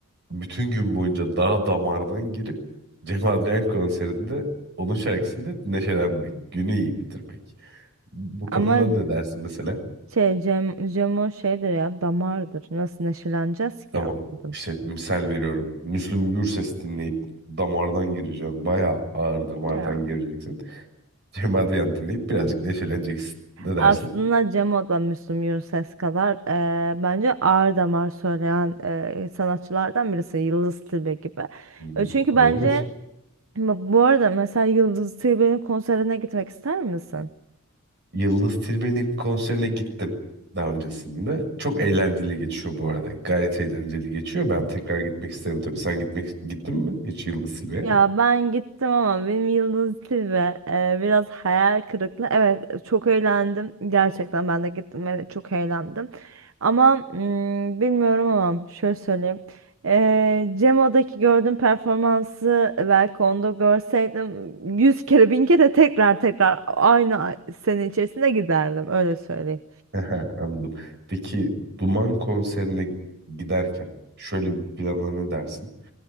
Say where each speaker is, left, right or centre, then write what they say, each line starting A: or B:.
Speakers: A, on the right; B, on the right.
A: bütün gün boyunca dağ damardan girip Cem Adrian konserinde onun şarkısıyla neşelenmek, günü iyi bitirmek. Bu konuda
B: Ama
A: ne dersin mesela?
B: şey Cem, Cemo şeydir ya damardır. Nasıl neşeleneceğiz ki?
A: Tamam
B: Anladım.
A: işte misal veriyorum. Müslüm Gürses dinleyip damardan gireceksin. Bayağı ağır damardan
B: Ya.
A: gireceksin. Cem Adrian dinleyip birazcık neşeleneceksin. Ne dersin?
B: Aslında Cemo da Müslüm Gürses kadar eee, bence ağır damar söyleyen eee, sanatçılardan birisi Yıldız Tilbe gibi.
A: Hmm,
B: E, çünkü
A: olabilir.
B: bence bu arada mesela Yıldız Tilbe'nin konserine gitmek ister misin?
A: Yıldız Tilbe'nin konserine gittim daha öncesinde. Çok eğlenceli geçiyor bu arada. Gayet eğlenceli geçiyor. Ben tekrar gitmek isterim tabii. Sen gitmek gittin mi hiç Yıldız Tilbe'ye?
B: Ya ben gittim ama benim Yıldız Tilbe e, biraz hayal kırıklığı. Evet çok eğlendim. Gerçekten ben de gittim ve çok eğlendim. Ama mm, bilmiyorum ama şöyle söyleyeyim. E, Cemo'daki gördüğüm performansı belki onda görseydim yüz kere bin kere tekrar tekrar aynı ay- sene içerisinde giderdim öyle söyleyeyim.
A: Aha, Anladım. Peki Duman konserine giderken şöyle bir plana ne dersin?